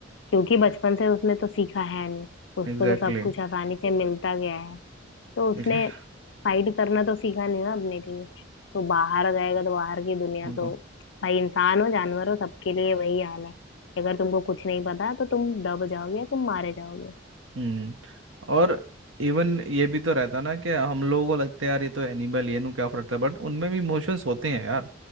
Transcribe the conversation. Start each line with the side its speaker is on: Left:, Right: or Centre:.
Left: क्योंकि बचपन से उसने तो सीखा है नहीं उसको
Right: Exactly
Left: तो सब कुछ आसानी से मिलता गया है तो उसने
Right: exactly.
Left: फाइट करना तो सीखा नहीं ना अपने लिए तो बाहर जाएगा तो बाहर की दुनिया
Right: वो
Left: तो
Right: तो
Left: भाई इंसान हो जानवर हो सबके लिए वही हाल है अगर तुमको कुछ नहीं पता तो तुम दब जाओगे तुम मारे जाओगे
Right: हम्म और इवन ये भी तो रहता ना कि हम लोगों को लगता है यार ये तो एनिमल ही है इन्हें क्या फर्क है बट उनमें भी इमोशंस होते हैं यार